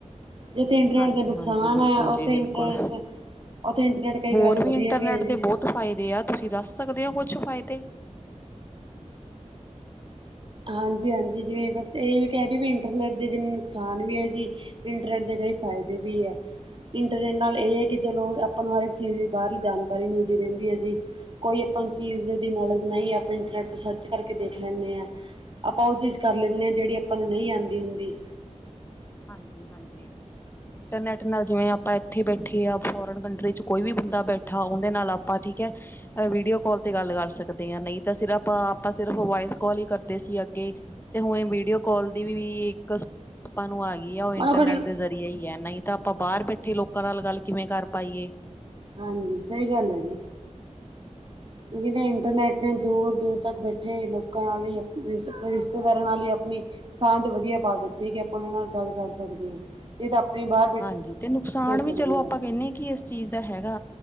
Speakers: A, on the right (about 45°); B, on the left (about 15°).
A: ਜਿੱਥੇ ਇੰਟਰਨੈਟ
B: ਹਾਂਜੀ-ਹਾਂਜੀ,
A: ਦਾ ਨੁਕਸਾਨ
B: ਬਿਲਕੁਲ
A: ਐ
B: ਜੀ
A: ਉੱਥੇ
B: ਬਿਲਕੁਲ
A: ਇੰਟਰਨਟ ਉਥੇ ਇੰਟਰਨੈਟ ਕਈ
B: ਹੋਰ
A: ਤਰਾਂ ਦਾ ਵਧੀਆ
B: ਇੰਟਰਨੈਟ
A: ਵੀ। ਹੈ ਜੀ
B: ਦੇ ਬਹੁਤ ਫਾਇਦੇ ਆ ਤੁਸੀਂ ਦੱਸ ਸਕਦੇ ਓ ਕੁਛ ਫ਼ਾਇਦੇ।
A: ਹਾਂਜੀ ਹਾਂਜੀ, ਜਿਵੇਂ ਬਸ ਇਹ ਵੀ ਕਹਿ ਰਹੀ ਵੀ ਇੰਟਰਨੈੱਟ ਦੇ ਜਿੰਨੇ ਨੁਕਸਾਨ ਵੀ ਐ ਜੀ। ਇੰਟਰਨੈਟ ਦੇ ਕਈ ਫਾਇਦੇ ਵੀ ਐ। ਇੰਟਰਨੈਟ ਨਾਲ ਇਹ ਆ ਕਿ ਚਲੋ ਆਪਾਂ ਨੂੰ ਹਰ ਇੱਕ ਚੀਜ਼ ਦੀ ਬਾਹਰਲੀ ਜਾਣਕਾਰੀ ਮਿਲਦੀ ਰਹਿੰਦੀ ਆ ਜੀ। ਕੋਈ ਆਪਾਂ ਚੀਜ਼ ਦੀ ਨੌਲੇਜ ਨਹੀਂ ਆਪਾਂ ਇੰਟਰਨੈੱਟ ਤੋਂ ਸਰਚ ਕਰਕੇ ਦੇਖ ਲੈਂਦੇ ਆ। ਆਪਾਂ ਉਹ ਚੀਜ਼ ਕਰ ਲੈਂਦੇ ਆ ਜਿਹੜੀ ਆਪਾਂ ਨੂੰ ਨਹੀਂ ਆਂਦੀ ਹੁੰਦੀ।
B: ਹਾਂਜੀ ਹਾਂਜੀ, ਇੰਟਰਨੈਟ ਨਾਲ ਜਿਵੇਂ ਆਪਾਂ ਇੱਥੇ ਬੈਠੇ ਆ ਫੋਰਨ ਕੰਟਰੀ ਚ ਕੋਈ ਵੀ ਬੰਦਾ ਬੈਠਾ ਉਹਦੇ ਨਾਲ ਆਪਾਂ ਠੀਕ ਐ। ਵੀਡੀਓ ਕਾਲ ਤੇ ਗੱਲ ਕਰ ਸਕਦੇ ਆ ਨਹੀਂ ਤਾਂ ਸਿਰਫ ਆਪਾਂ ਸਿਰਫ ਵੋਇਸ ਕਾਲ ਹੀ ਕਰਦੇ ਸੀ ਅੱਗੇ ਤੇ ਹੁਣ ਏ ਵੀਡੀਓ ਕਾਲ ਦੀ ਵੀ ਇੱਕ ਆਪਾਂ ਨੂੰ ਆ ਗਈ ਆ ਉਹ ਇੰਟਰਨੈਟ
A: ਮਨੋ ਖੜੀ
B: ਦੇ ਜ਼ਰੀਏ ਈ ਆ ਨਹੀਂ ਤਾਂ ਆਪਾਂ ਬਾਹਰ ਬੈਠੇ ਲੋਕਾਂ ਨਾਲ ਗੱਲ ਕਿਵੇਂ ਕਰ ਪਾਈਏ।
A: ਹਾਂਜੀ, ਸਹੀ ਗੱਲ ਐ ਜੀ। ਕਿਉਂਕਿ ਇੰਟਰਨੈੱਟ ਨੇ ਦੂਰ ਦੂਰ ਤੱਕ ਬੈਠੇ ਲੋਕਾਂ ਨਾਲ ਹੀ ਰਿਸ਼ਤੇਦਾਰਾਂ ਨਾਲ ਹੀ ਆਪਣੀ ਸਾਂਝ ਵਧੀਆ ਪਾ ਦਿੱਤੀ ਕਿ ਆਪਾਂ ਉਹਨਾਂ ਨਾਲ ਗੱਲ ਕਰ ਸਕਦੇ ਆ। ਇਹ ਤਾਂ ਆਪਣੀ ਬਾਹਰ
B: ਹਾਂਜੀ ਤੇ ਨੁਕਸਾਨ ਵੀ
A: ਸਕਦੀ
B: ਚਲੋ ਆਪਾਂ
A: ਹੈ
B: ਕਹਿੰਦੇ ਹਾਂ ਕਿ ਇਸ ਚੀਜ਼ ਦਾ ਹੈਗਾ